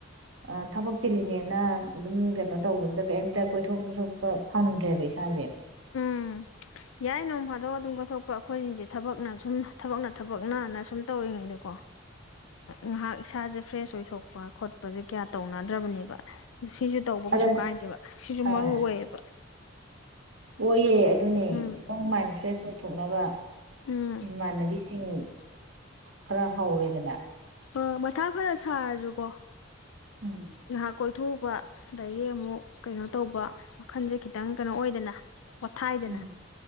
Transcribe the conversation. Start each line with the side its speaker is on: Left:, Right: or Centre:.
Right: ꯑ ꯊꯕꯛ ꯆꯤꯜꯂꯤꯅꯦꯅ ꯑꯗꯨꯝ ꯀꯩꯅꯣ ꯇꯧꯕꯗꯨꯗ ꯀꯩꯝꯇꯣꯏ ꯁꯣꯛ ꯑ ꯁꯣꯛꯄ ꯐꯪꯗ꯭ꯔꯦꯕ ꯏꯁꯥꯁꯦ
Left: ꯎꯝ ꯌꯥꯏ ꯅꯣꯡ ꯐꯥꯗꯣꯛ ꯑꯗꯨꯝ ꯀꯠꯊꯣꯛꯄ ꯑꯩꯈꯣꯏꯁꯤꯡꯁꯦ ꯊꯕꯛꯅ ꯁꯨꯝ ꯊꯕꯛꯅ ꯊꯕꯛꯅꯅ ꯁꯨꯝ ꯇꯧꯔꯤꯉꯩꯗꯀꯣ ꯉꯥꯏꯍꯥꯛ ꯏꯁꯥꯁꯦ ꯐ꯭ꯔꯦꯁ ꯑꯣꯏꯊꯣꯛ ꯊꯣꯛꯛꯄ ꯈꯣꯠꯄꯁꯦ ꯀꯌꯥ ꯇꯧꯅꯗ꯭ꯔꯕꯅꯦꯕ ꯑ ꯁꯤꯁꯨ ꯇꯧꯕ
Right: ꯑꯗ
Left: ꯀꯩꯁꯨ ꯀꯥꯏꯗꯦꯕ ꯁꯤꯁꯨ
Right: ꯑꯥ
Left: ꯃꯔꯨ ꯑꯣꯏꯌꯦꯕ
Right: ꯑꯩꯌꯦ ꯑꯗꯨꯅꯦ
Left: ꯎꯝ
Right: ꯈꯤꯇꯪ ꯃꯥꯏꯟ ꯐ꯭ꯔꯦꯁ ꯑꯣꯏꯊꯣꯛꯅꯕ
Left: ꯎꯝ
Right: ꯏꯃꯥꯟꯅꯕꯤꯁꯤꯡ ꯈꯔ ꯍꯧꯔꯦꯗꯅ
Left: ꯑ ꯃꯊꯥ ꯐꯖ ꯁꯥꯔꯁꯨꯀꯣ
Right: ꯎꯝ
Left: ꯃꯍꯥꯛ ꯀꯣꯏꯊꯣꯛꯄ ꯑꯗꯒꯤ ꯑꯃꯨꯛ ꯀꯩꯅꯣ ꯇꯧꯕ ꯋꯥꯜꯁꯦ ꯈꯤꯇꯪ ꯀꯩꯅꯣ ꯑꯣꯏꯗꯅ ꯄꯣꯊꯥꯏꯗꯅ
Right: ꯎꯝ